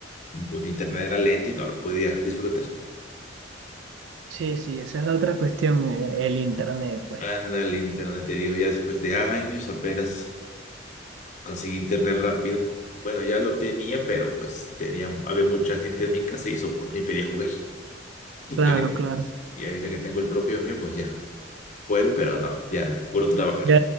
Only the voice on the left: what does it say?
pues mi internet era lento y no lo podía disfrutar.
Anda el internet, te digo, ya después de años apenas conseguí internet rápido. Bueno, ya lo tenía, pero pues tenía, había mucha gente en mi casa y eso pues me impedía jugar. <laughs> Y,
ahorita,
y ahorita que tengo el propio mío, pues ya puedo, pero no, ya puro trabajar.